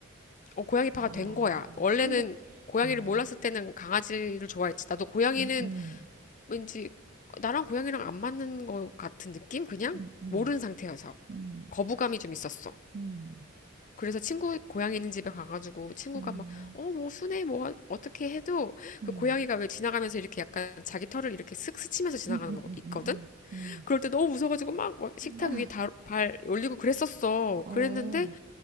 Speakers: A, on the left; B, on the right.
A: 어, 고양이파가
B: 아,
A: 된 거야. 원래는
B: 근데,
A: 고양이를
B: 어,
A: 몰랐을 때는 강아지를 좋아했지. 나도 고양이는
B: 응 음.
A: 왠지 나랑 고양이랑 안 맞는 것 같은 느낌? 그냥?
B: 음, 음,
A: 모르는 상태여서.
B: 음,
A: 거부감이 좀 있었어.
B: 음,
A: 그래서 친구 고양이 있는 집에 가가지고 친구가
B: 음,
A: 막, 어, 뭐, 순해, 뭐, 어- 떻게 해도
B: 음,
A: 그 고양이가 왜 지나가면서 이렇게 약간 자기 털을 이렇게 쓱 스치면서 지나가는
B: 음, 음,
A: 거
B: 음,
A: 있거든?
B: 음, 음, 음.
A: 그럴 때 너무 무서워가지고 막, 막 식탁
B: 아,
A: 위에 다, 발 올리고 그랬었어.
B: 어,
A: 그랬는데,